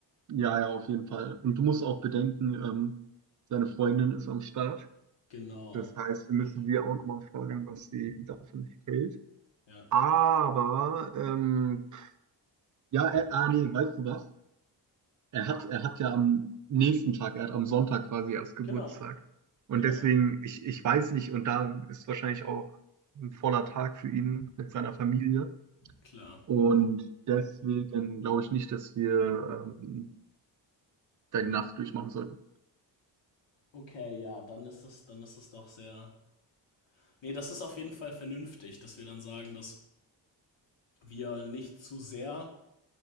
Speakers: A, on the right; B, on the left.
A: Ja, ja, auf jeden Fall. Und du musst auch bedenken, ähm, seine Freundin ist am Start.
B: Genau.
A: Das heißt, wir müssen
B: Stimmt.
A: sie auch noch mal fragen, was sie davon hält.
B: Ja.
A: Aber, ähm, Ja, er, ah, nee, weißt du was? Er hat, er hat ja am nächsten Tag, er hat am Sonntag quasi erst Geburtstag.
B: Genau.
A: Und
B: Genau.
A: deswegen, ich, ich weiß nicht, und da ist wahrscheinlich auch ein voller Tag für ihn mit seiner Familie.
B: Klar.
A: Und deswegen glaube ich nicht, dass wir ähm, da die Nacht durchmachen sollten.
B: Okay, ja, dann ist es, dann ist es doch sehr. Nee, das ist auf jeden Fall vernünftig, dass wir dann sagen, dass wir nicht zu sehr